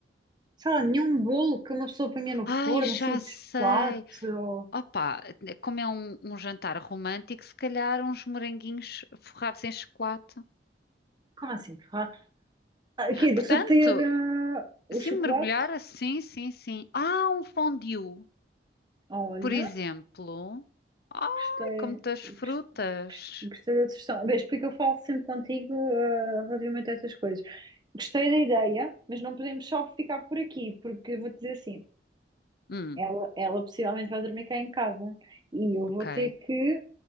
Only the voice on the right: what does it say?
Sei lá, nenhum bolo que uma pessoa ponha no
forno,
assim, de
chocolate ou...
Como assim? ferrado? Ah, Aqui, deixa
eu ah, o
chocolate.
Olha,
gostei,
gos- gos- gostei da sugestão. Vês, porque eu falo sempre contigo, eh, relativamente a estas coisas. Gostei da ideia, mas não podemos só ficar por aqui, porque vou-te dizer assim,
ela, ela possivelmente vai dormir cá em casa e eu vou
ter que